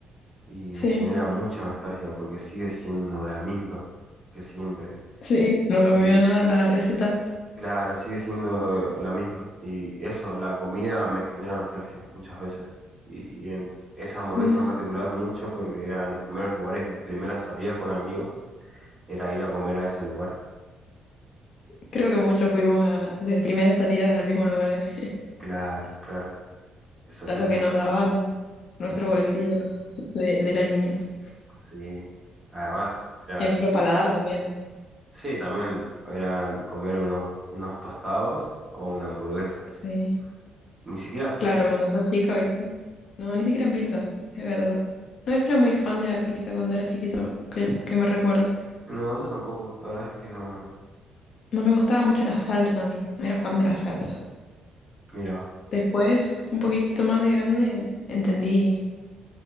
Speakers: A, on the right (about 15°); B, on the left (about 60°).
A: y
B: sí,
A: me genera mucha nostalgia porque sigue siendo la misma que siempre.
B: sí, no cambió
A: Y
B: nada la receta.
A: Claro, sigue siendo la misma. Y eso, la comida me genera nostalgia muchas veces. Y, y en esa hamburguesa
B: mira
A: en particular mucho porque eran los primeros lugares, mis primeras salidas con amigos, era ir a comer a ese lugar.
B: Creo que muchos fuimos a, de primeras salidas al mismo lugar, ¿eh? <laughs>
A: Claro, claro. Eso,
B: A
A: eso,
B: lo que nos daban nuestro bolsillo, ¿no? <laughs> De, de la niñez.
A: sí. Además, era,
B: Y a nuestro paladar también.
A: sí, también eran comer unos, unos tostados o una hamburguesa.
B: Sí.
A: Ni siquiera pizza.
B: Claro, cuando sos chico, ¿viste? No, ni siquiera pizza, es verdad. No era muy fan de la pizza cuando era chiquito, que, que me recuerda.
A: No, eso tampoco. La verdad es que no.
B: No me gustaba mucho la salsa a mí, no era fan de la salsa.
A: Mira,
B: Después, un poquito más de grande, entendí